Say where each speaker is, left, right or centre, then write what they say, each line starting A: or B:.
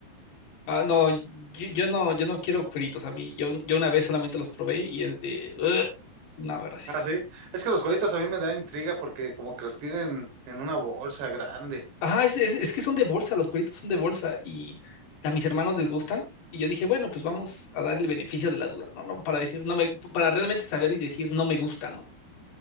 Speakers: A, on the left; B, on the right.
A: Ah, no, yo, yo no, yo no quiero cueritos a mí. Yo, yo una vez solamente los probé y es de, "Ugh". no, gracias.
B: Ah, sí. Es que los cueritos a mí me da intriga porque como que los tienen en una bolsa grande.
A: Ajá, es, es, es que son de bolsa, los cueritos son de bolsa y a mis hermanos les gustan. Y yo dije, bueno, pues vamos a dar el beneficio de la duda, ¿no? No, para decir, no me, para realmente saber y decir, no me gusta, ¿no?